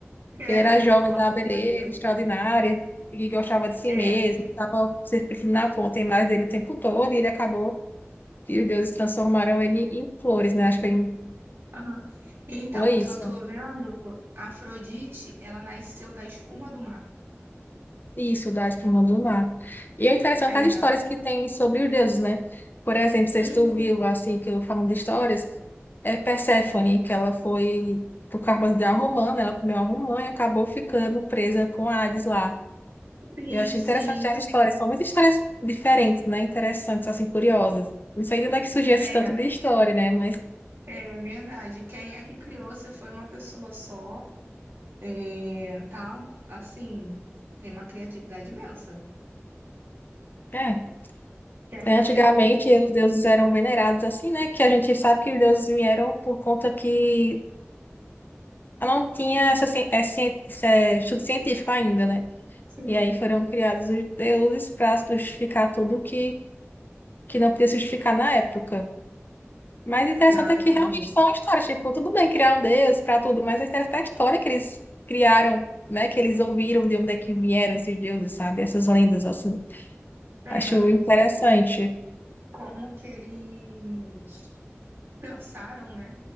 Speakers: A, on the left; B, on the right.
A: Que ele
B: É,
A: era
B: do
A: jovem
B: logo
A: da beleza
B: que veio.
A: extraordinária e gostava de si
B: É.
A: mesmo, estava se sentindo na ponta a imagem dele o tempo todo e ele acabou E os deuses transformaram ele em flores, né? Acho que ele
B: aham. Então,
A: foi
B: o que
A: isso.
B: eu tô vendo, Afrodite, ela nasceu da espuma do mar.
A: Isso, da espuma do mar. E é interessante
B: É.
A: as histórias que tem sobre os deuses, né? Por exemplo, se
B: Uhum.
A: tu viu, assim, que eu falando de histórias, é Perséfone, que ela foi por causa de uma romã, né? Ela comeu uma romã e acabou ficando presa com Hades lá.
B: Sim,
A: Eu achei
B: sim.
A: interessante as histórias. São muitas histórias diferentes, né? Interessantes, assim, curiosas. Não sei de onde é que surgiu esse
B: É,
A: tanto de história, né? Mas,
B: é verdade. Quem é que criou? Se foi uma pessoa só? É, tá, assim, tem uma criatividade imensa.
A: é.
B: Que até
A: É, Antigamente,
B: o.
A: os deuses eram venerados assim, né? Que a gente sabe que os deuses vieram por conta que não tinha essa, ci- é, ci- esse é, estudo científico ainda, né?
B: Sim.
A: E aí foram criados os deuses para justificar tudo que, que não podia se justificar na época. Mas o interessante
B: Não,
A: é
B: entendi.
A: que realmente são histórias. Tipo, tudo bem criar um deus para tudo, mas o interessante é a história que eles criaram, né? Que eles ouviram de onde é que vieram esses deuses, sabe? Essas lendas, assim.
B: É,
A: Acho
B: é,
A: interessante.
B: como que eles pensaram, né,